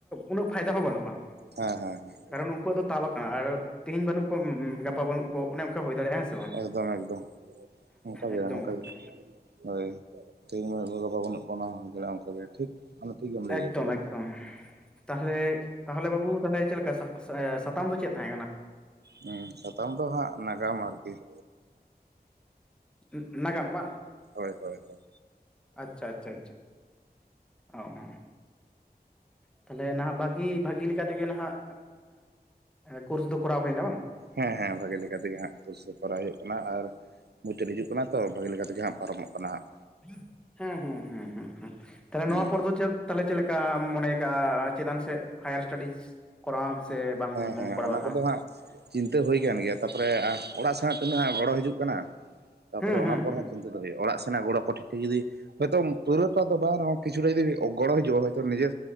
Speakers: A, in the centre; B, on the right.
A: ᱩᱱᱟᱹᱜ ᱯᱷᱟᱭᱫᱟ ᱦᱚᱸ ᱵᱟᱹᱱᱩᱜᱼᱟ᱾
B: ᱦᱮᱸ ᱦᱮᱸ ᱦᱮᱸ ᱾
A: ᱠᱟᱨᱚᱱ ᱩᱱᱠᱩᱣᱟᱜ ᱫᱚ ᱛᱟᱵ ᱟᱠᱟᱱᱟ ᱟᱨ ᱛᱮᱦᱤᱸᱧ ᱵᱟᱹᱱᱩᱜ ᱠᱚ ᱜᱟᱯᱟ ᱵᱟᱹᱱᱩᱜ ᱠᱚ ᱚᱱᱮ ᱚᱱᱠᱟ ᱦᱩᱭ ᱫᱟᱲᱮᱭᱟᱜᱼᱟ ᱦᱮᱸ ᱥᱮ ᱵᱟᱝ
B: ᱮᱠᱫᱚᱢ ᱮᱠᱫᱚᱢ ᱚᱱᱠᱟ ᱜᱮ
A: ᱮᱠᱫᱚᱢ
B: ᱚᱱᱠᱟ
A: ᱜᱚᱝᱠᱮ
B: ᱜᱮ ᱦᱚᱭ ᱾ ᱛᱮᱦᱮᱧ <unintelligible> ᱵᱟᱱᱩᱜ ᱠᱚ ᱜᱟᱵᱟ <unintelligible> ᱦᱚᱭᱫᱟᱲᱮᱭᱟᱜᱼᱟ ᱴᱷᱤᱠ ᱟᱢ ᱴᱷᱤᱠ ᱜᱮᱢ ᱞᱟᱹᱭ
A: ᱮᱠᱫᱚᱢ
B: ᱡᱚᱛᱚ ᱠᱟᱫᱟ ᱵᱚᱞᱮ᱾
A: ᱮᱠᱫᱚᱢ ᱛᱟᱦᱚᱞᱮ ᱛᱟᱦᱚᱞᱮ ᱵᱟᱹᱵᱩ ᱛᱟᱦᱚᱞᱮ ᱪᱮᱫ ᱞᱮᱠᱟ ᱥᱟ ᱥᱟᱛᱟᱢ ᱫᱚ ᱪᱮᱫ ᱛᱟᱦᱮᱸ ᱠᱟᱱᱟ?
B: ᱦᱮᱸ ᱥᱟᱛᱟᱢ ᱫᱚ ᱦᱟᱸᱜ ᱱᱟᱜᱟᱢ ᱟᱨᱠᱤ ᱾
A: ᱱᱟ--ᱱᱟᱜᱟᱢ ᱵᱟᱝ ᱾
B: ᱦᱚᱭ ᱦᱚᱭ ᱦᱚᱭ
A: ᱟᱪᱪᱷᱟ ᱟᱪᱪᱷᱟ ᱚᱸᱻ ᱛᱟᱦᱞᱮ ᱱᱷᱟᱜ ᱵᱟ ᱠᱤ ᱵᱷᱟᱹᱜᱤ ᱞᱮᱠᱟ ᱛᱮᱜᱮ ᱱᱷᱟᱜ ᱮᱸᱻ ᱠᱳᱨᱥ ᱫᱚ ᱠᱚᱨᱟᱣ ᱦᱩᱭ ᱮᱱᱟ ᱵᱟᱝ ᱾
B: ᱦᱮᱸ ᱦᱮᱸ ᱵᱷᱟᱹᱜᱤ ᱞᱮᱠᱟ ᱛᱮᱜᱮ ᱦᱟᱸᱜ ᱠᱳᱨᱥ ᱫᱚ ᱠᱚᱨᱟᱣ ᱦᱩᱭᱩᱜ ᱠᱟᱱᱟ ᱟᱨ ᱢᱩᱪᱟᱹᱫ ᱦᱤᱡᱩᱜ ᱠᱟᱱᱟ ᱛᱚ ᱵᱷᱟᱹᱜᱤ ᱞᱮᱠᱟ ᱛᱮᱜᱮ ᱦᱟᱸᱜ ᱯᱟᱨᱚᱢᱚᱜ ᱠᱟᱱᱟ ᱦᱟᱸᱜ
A: ᱦᱩᱸ ᱦᱩᱸ ᱦᱩᱸ ᱦᱩᱸ ᱦᱩᱸᱸ ᱛᱟᱦᱞᱮ
B: ᱦᱮᱸ
A: ᱱᱚᱣᱟ ᱯᱚᱨᱫᱚ ᱪᱮᱫ ᱛᱟᱦᱚᱞᱮ ᱪᱮᱫ ᱞᱮᱠᱟᱢ ᱢᱚᱱᱮᱭ ᱠᱟᱜᱼᱟ ᱪᱮᱛᱟᱱ ᱥᱮᱫ ᱦᱟᱭᱟᱨ ᱥᱴᱟᱰᱤᱡᱽ ᱾ ᱠᱚᱨᱟᱣᱟᱢ ᱥᱮ ᱵᱟᱢ
B: ᱦᱮᱸ ᱦᱮᱸ
A: ᱵᱟᱢ
B: ᱦᱮᱸ
A: ᱠᱚᱨᱟᱣᱟ
B: ᱚᱱᱟ
A: ᱟᱨᱦᱚᱸ᱾
B: ᱠᱚᱫᱚ ᱦᱟᱸᱜ ᱪᱤᱱᱛᱟᱹ ᱦᱩᱭ ᱟᱠᱟᱱ ᱜᱮᱭᱟ ᱛᱟᱯᱚᱨᱮ ᱟᱨ ᱚᱲᱟᱜ ᱥᱮᱱᱟᱜ ᱛᱤᱱᱟᱹᱜ ᱦᱟᱸᱜ ᱜᱚᱲᱚ ᱦᱤᱡᱩᱜ ᱠᱟᱱᱟ ᱾ ᱛᱟᱯᱚᱨᱮ
A: ᱦᱩᱸ ᱦᱩᱸ
B: ᱚᱱᱟ ᱯᱚᱨ
A: ᱦᱩᱸ
B: ᱦᱚᱸ ᱪᱤᱱᱛᱟᱹ ᱫᱚ ᱦᱩᱭᱩᱜᱼᱟ ᱚᱲᱟᱜ ᱥᱮᱱᱟᱜ ᱜᱚᱲᱚ ᱠᱚ ᱴᱷᱤᱠ ᱴᱷᱟᱠ ᱡᱩᱫᱤ ᱦᱚᱭᱛᱚ ᱯᱩᱨᱟᱹ ᱴᱟᱜ ᱵᱟᱝ ᱨᱮ ᱦᱚᱸ ᱠᱤᱪᱷᱩ ᱞᱟᱹᱜᱤᱫ ᱡᱩᱫᱤ ᱜᱚᱲᱚ ᱦᱤᱡᱩᱜᱼᱟ ᱦᱚᱭᱛᱚ ᱱᱤᱡᱮ